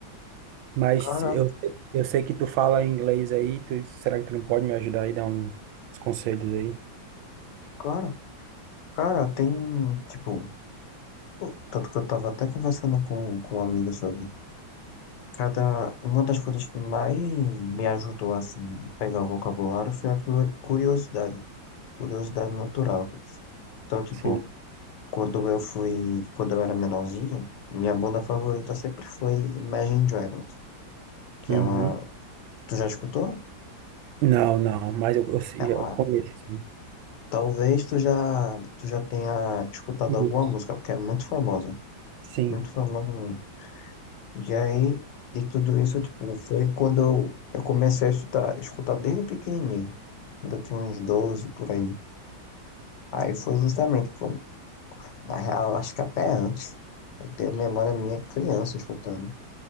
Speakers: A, on the right (about 85°); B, on the left (about 70°).
A: Mas
B: Cara,
A: eu, eu sei que tu fala inglês aí, tu, será que tu não pode me ajudar aí, dar um- uns conselhos aí?
B: claro, cara, tem, tipo, pô, tanto que eu tava até conversando com, com um amigo sobre cada, uma das coisas que mais me ajudou, assim, a pegar o vocabulário foi a cu- curiosidade, curiosidade natural. Então, tipo,
A: Sim.
B: Quando eu fui, quando eu era menorzinho, minha banda favorita sempre foi Imagine Dragons, que
A: Uhum.
B: é uma, tu já escutou?
A: Não, não, mas eu, eu, sei-
B: É uma,
A: eu conheço, sim.
B: talvez tu já, tu já tenha escutado
A: Isso.
B: alguma música, porque é muito famosa,
A: Sim,
B: muito famosa mesmo. E aí, de tudo isso, tipo, foi quando eu, eu comecei a estudar, escutar desde pequenininho, quando eu tinha uns 12 por aí. Aí foi justamente quando, na real, acho que até antes, eu tenho memória minha criança escutando.